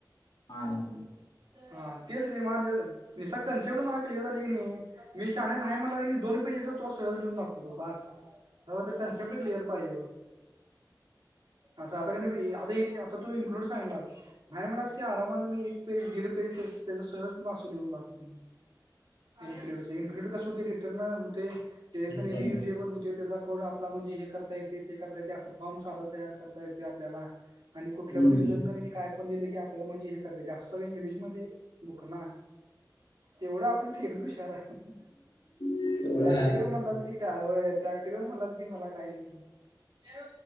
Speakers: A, on the left (about 75°); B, on the right (about 90°).
A: हा इन्क्लुड.
B: हा तेच रे मला निसता कन्सेप्ट मला क्लिअर झाली की नाही मी शहाण्या नाही म्हंटलास की नी दोन पेजेस तुला तर लिहून दाखवतो बास जवा ते कन्सेप्ट क्लिअर पाहिजे. असं आता की नी आता आता तू इन्क्लूड सांगितला नाही म्हंटलास की आरामने मी एक एक पेज, दीड पेज त्याच सहज तुला असं लिहून दाखवतो मी. इन्क्लूडच, इन्क्लुड कस होतंय रिटर्न होतंय त्याचं
A: रिटर्न
B: की न रियुजेबल
A: होत
B: होतंय त्याचा कोड आपण आपलं म्हणजे हे करता येते ते करता असं फॉर्म साधा तयार करता येते आपल्याला आणि कुठल्या
A: हम्म
B: पण युजरन काय पण दिलं की आपल्याला म्हणजे हे करता येतं ते असं म्हणजे इंग्लिश मध्ये बुकना तेवढं आपण थेरी खरं आहे
A: तेवढं
B: प्रॅक्टिकल
A: आहे आपलं.
B: म्हणालास की काय होय प्रॅक्टिकल म्हणालास ते मला काही येत नाही,